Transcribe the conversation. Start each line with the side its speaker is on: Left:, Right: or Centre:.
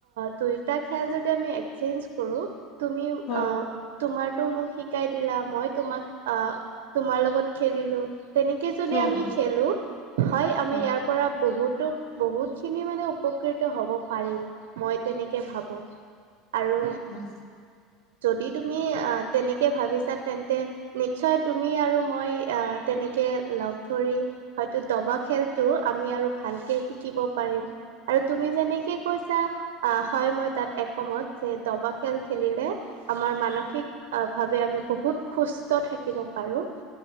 Right: দুয়োটা খেল যদি আমি এক্সচেঞ্জ কৰোঁ। তুমি
Left: হুম,
Right: অ', তোমাৰটো মোক শি শিকাই দিলা মই তোমাক আহ, তোমাৰ লগত খেলিলোঁ। তেনেকৈ যদি
Left: হুম,
Right: আমি
Left: হুম,
Right: খেলোঁ হয়, আমি
Left: হুম,
Right: ইয়াৰ পৰা বহুতো বহুতখিনি মানে উপকৃত হ'ব পাৰিম। মই তেনেকে ভাবোঁ আৰু
Left: উম।
Right: যদি তুমি আহ তেনেকে ভাবিছা তেন্তে নিশ্চয় তুমি আৰু মই তেনেকৈ লগ ধৰি হয়তো দবা খেলটো আমি আৰু ভালকে শিকিব পাৰিম। আৰু তুমি যেনেকে কৈছা আহ, হয় মই তাত একমত যে দবা খেল খেলিলে আমাৰ মানসিক আহ ভাৱে আমি বহুত সুস্থ থাকিব পাৰোঁ,